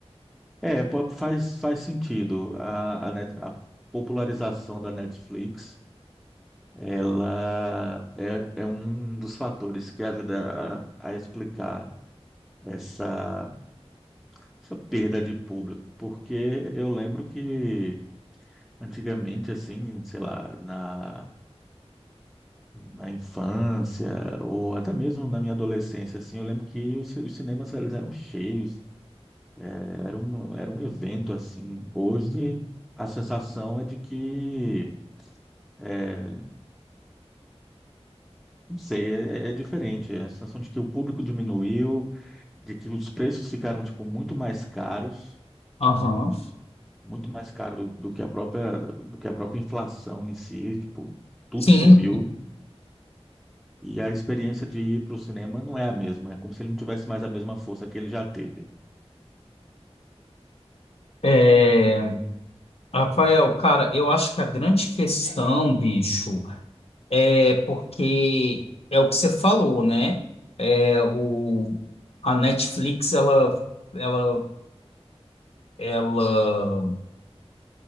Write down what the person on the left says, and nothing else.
Aham.
Sim.
É, Rafael, cara, eu acho que a grande questão, bicho, é porque é o que você falou, né? É o, a Netflix, ela, ela, ela